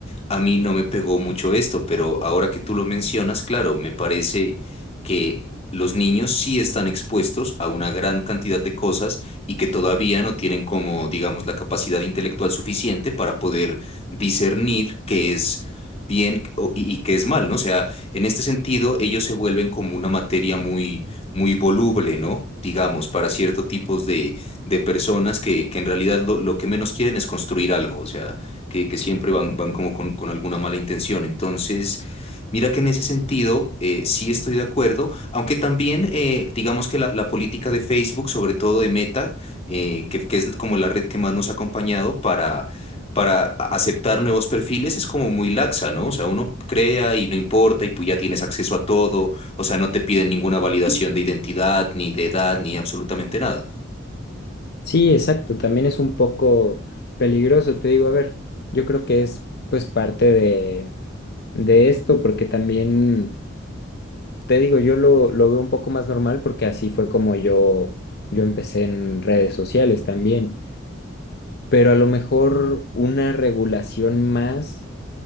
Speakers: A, on the left (about 35°); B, on the left (about 55°).
A: A mí no me pegó mucho esto, pero ahora que tú lo mencionas, claro, me parece que los niños sí están expuestos a una gran cantidad de cosas y que todavía no tienen como, digamos, la capacidad intelectual suficiente para poder discernir qué es bien o- y, y qué es mal, ¿no? O sea, en este sentido, ellos se vuelven como una materia muy, muy voluble, ¿no? digamos, para cierto tipos de, de personas que, que en realidad lo, lo que menos quieren es construir algo, o sea, que, que siempre van, van como con, con alguna mala intención. Entonces, mira que en ese sentido eh, sí estoy de acuerdo, aunque también eh, digamos que la, la política de Facebook, sobre todo de Meta, eh, que, que es como la red que más nos ha acompañado para... Para a- aceptar nuevos perfiles es como muy laxa, ¿no? O sea, uno crea y no importa y pues ya tienes acceso a todo, o sea, no te piden ninguna validación de identidad, ni de edad, ni absolutamente nada.
B: Sí, exacto, también es un poco peligroso, te digo, a ver, yo creo que es pues parte de, de esto, porque también, te digo, yo lo, lo veo un poco más normal porque así fue como yo, yo empecé en redes sociales también, pero a lo mejor una regulación más